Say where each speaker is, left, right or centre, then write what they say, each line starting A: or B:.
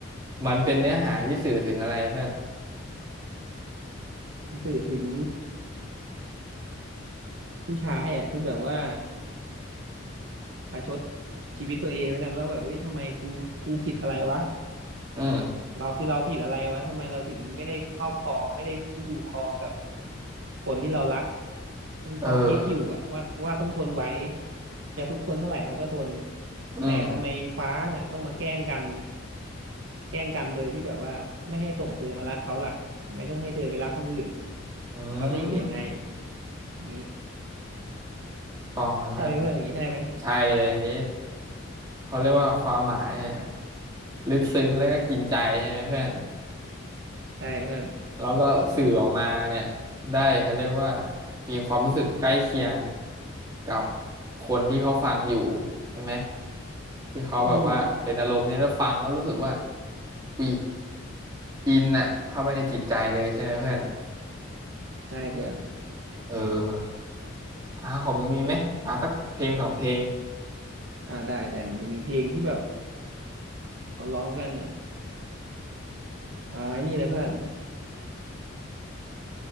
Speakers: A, on the right (about 20°); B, on the right (about 65°).
A: มันเป็นเนื้อหาที่สื่อถึงอะไรเพื่อน
B: มันสื่อถึงผู้ชายอ่ะที่แบบว่าประชดชีวิตตัวเองแล้วกันว่าแบบเฮ้ยทำไมกูกูผิดอะไรวะ
A: อืม
B: เราคือเราผิดอะไรวะทำไมเราถึงไม่ได้ครอบครองไม่ได้คู่ครองกับคนที่เรารักคือเขาคิดอยู่อะว่าว่าต้องทนไหว
A: เออ
B: จะทุกข์ทนเท่าไหร่เขาก็ทน
A: อืม
B: แต่ทำไมฟ้าเนี่ยต้องมาแกล้งกันแกล้งกันโดยที่แบบว่าไม่ให้ส่งเธอมารักเขาล่ะทำไมต้องให้เธอไปรักคนอื่น
A: อืม
B: แล้วเขาจะอยู่ยังไงอย่างนี้
A: ต้องเลยเพื่อน
B: ใช่ไหมเพื่อนอย่างนี้ใช่ไหม
A: ใช่เลยนี้เขาเรียกว่าความหมายเนี่ยลึกซึ้งแล้วก็กินใจใช่ไหมเพื่อน
B: ใช่เพื่อน
A: แล้วก็สื่อออกมาเนี่ยได้เขาเรียกว่ามีความรู้สึกใกล้เคียงกับคนที่เขาฟังอยู่ใช่ไหมที่เขาแบบว่าเป็นอารมณ์เนี่ยแล้วฟังแล้วรู้สึกว่า
B: อืม
A: อุ้ยอินอะเข้าไปในจิตใจเลยใช่ไหมเพื่อน
B: ใช่เพื่อน
A: เอออ่าของมึงมีไหมอ่าสักเพลงสองเพลง
B: อ่าได้แต่มันจะมีเพลงที่แบบเขาร้องกันเนี่ยอ่าไอ้นี่เลยเพื่อน